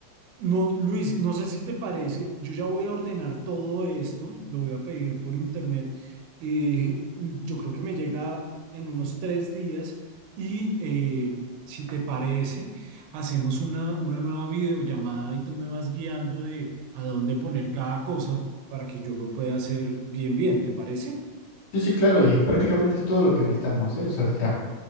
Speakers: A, on the right (about 80°); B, on the left (about 60°).
A: No, Luis, no sé si te parece, yo ya voy a ordenar todo esto, lo voy a pedir por internet y yo creo que me llega en unos tres días y eh, si te parece, hacemos una, una nueva videollamada y tú me vas guiando de a dónde poner cada cosa para que yo lo pueda hacer bien, bien, ¿te parece?
B: Sí, sí, claro, y prácticamente es todo lo que necesitamos, ¿eh? O sea, ya,